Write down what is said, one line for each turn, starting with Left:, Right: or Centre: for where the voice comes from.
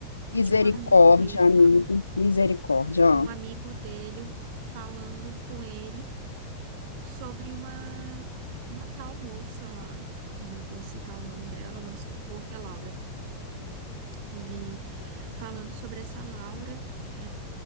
Left: Misericórdia,
Right: de um amigo dele,
Left: amiga.
Right: fa-
Left: Misericórdia.
Right: um
Left: Ó.
Right: amigo dele falando com ele sobre uma uma tal moça lá, não vou citar o nome dela, vamos supor que é Laura, e falando sobre essa Laura é,